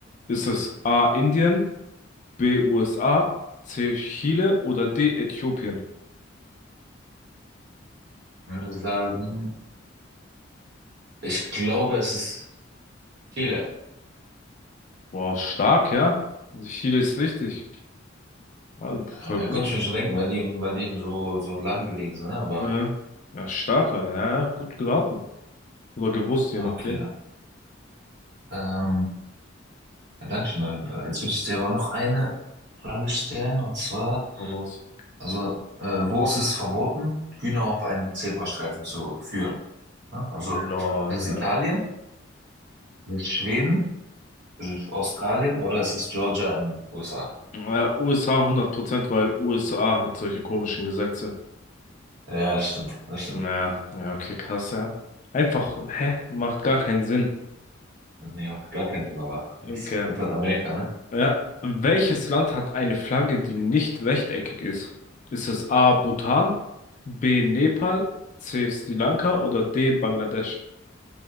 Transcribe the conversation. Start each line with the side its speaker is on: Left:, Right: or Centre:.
Left: Ist es A. Indien? B. USA, C. Chile oder D. Äthiopien?
Right: Ich würde sagen, ich glaube, es ist Chile.
Left: Boah, stark, ja. Also Chile ist richtig. Also,
Right: Äh,
Left: voll
Right: Ja,
Left: gut.
Right: konnte ich mir schon denken, weil die, eben- weil die eben so, so lang gelegen sind, ne? Aber,
Left: Äh, ja, stark, Alter. Ja, ja, gut geraten. Oder gewusst, je
Right: ah,
Left: nachdem.
Right: okay. Ähm, ja, danke schön auf jeden Fall. Jetzt würde ich dir aber noch eine Frage stellen, und zwar,
Left: Aber was?
Right: Also, äh, wo ist es verboten, Hühner auf einem Zebrastreifen zu führen? Ja, also,
Left: Lol.
Right: ist es Italien, ist es Schweden, ist es Australien oder ist es Georgia in den USA?
Left: Äh, ja, USA Prozent, weil USA hat solche komischen Gesetze.
Right: Ja, das stimmt, das stimmt.
Left: Naja, ja, okay, krass, ja. Einfach, hä? Macht gar keinen Sinn.
Right: Nee, macht gar keinen Sinn, aber das
Left: Okay.
Right: ist halt Amerika, ne?
Left: Ja. Welches Land hat eine Flagge, die nicht rechteckig ist? Ist es A. Bhutan, B. Nepal, C. Sri Lanka oder D. Bangladesch?